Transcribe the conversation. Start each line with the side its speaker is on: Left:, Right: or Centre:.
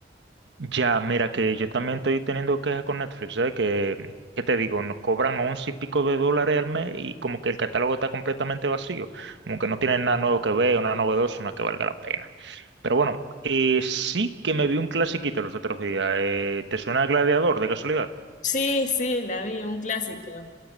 Right: Ya, mira que yo también estoy teniendo quejas con Netflix, ¿sabes? Que, ¿qué te digo? Nos cobran once y pico de dólares al mes y como que el catálogo está completamente vacío, como que no tienen nada nuevo que ver, una novedosa, una que valga la pena. Pero bueno, eh, sí que me vi un clasiquito los otros días. eh, ¿te suena Gladiador de casualidad?
Left: Sí, sí, la vi, un clásico.